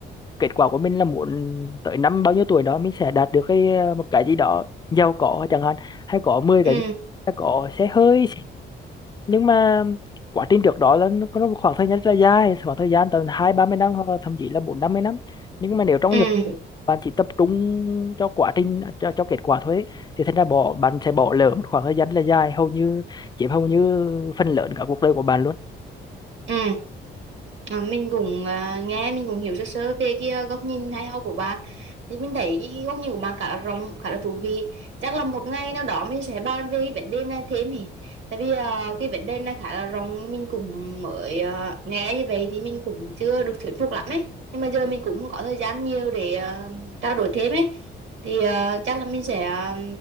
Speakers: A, on the left (about 20°); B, on the right (about 70°).
A: kết quả của mình là muốn tới năm bao nhiêu tuổi đó mình sẽ đạt được cái ờ, một cái gì đó giàu có chẳng hạn hay có mười
B: ừ
A: cái nhà, hay có xe hơi nhưng mà quá trình trước đó là nó có một khoảng thời gian rất là dài khoảng thời gian tầm hai ba mươi năm hoặc là thậm chí là bốn năm mươi năm nhưng mà nếu trong
B: ừ
A: nhập bạn chỉ tập trung cho quá trình cho, cho kết quả thôi ấy, thì thành ra bỏ bạn sẽ bỏ lỡ một khoảng thời gian rất là dài hầu như chiếm hầu như phần lớn cả cuộc đời của bạn luôn
B: ừ À, mình cũng à, nghe mình cũng hiểu sơ sơ về cái à, góc nhìn hay ho của bạn thì mình thấy cái góc nhìn của bạn khá là rộng khá là thú vị chắc là một ngày nào đó mình sẽ bàn về cái vấn đề này thêm thì tại vì à, cái vấn đề này khá là rộng mình cũng mới à, nghe như vậy thì mình cũng chưa được thuyết phục lắm ấy nhưng mà giờ mình cũng không có thời gian nhiều để à, trao đổi thêm ấy thì à, chắc là mình sẽ à,